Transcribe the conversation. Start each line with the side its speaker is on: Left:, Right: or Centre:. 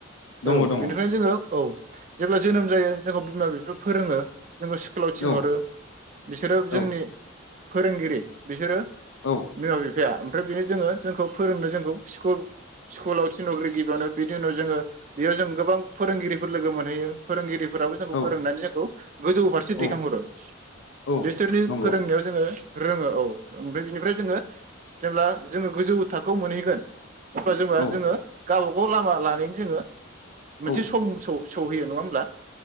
Left: दङ
Right: औ
Left: दङ
Right: बेनिखानो जोङो औ जेब्ला जोनोम जायो जों बिमा बिफा फोरोङो जोंखौ स्कुलाव थिनहरो
Left: औ
Right: बिसोरो
Left: औ
Right: जोंनि फोरोंगिरि बिसोरो
Left: औ
Right: बिमा बिफाया ओमफ्राय बेयो जोङो जोंखौ फोरोंनो जोंखौ स्कुल स्कुलाव थिनहग्रोयो गिबियावनो बिनि उनाव जोङो बेयाव जों गोबां फोरोंगिरिफोर लोगो मोन <inaudible> फोरोंगिरिफोराबो जोंखौ
Left: औ
Right: फोरोंनानै जोंखौ गोजौ फारसे
Left: औ
Right: दैखांहरो।
Left: औ
Right: बिसोरनि
Left: नंगौ
Right: फोरोंनायाव जोङो रोङो औ ओमफ्राय बिनिफ्राय जोङो जेब्ला जोङो गोजौ थाखोआव मोनहैगोन अब्ला जोंहा
Left: औ
Right: जोङो गावबा गाव लामा लानायनि जोङो मोनसे
Left: औ
Right: सम स-सौहैयो नङा होमब्ला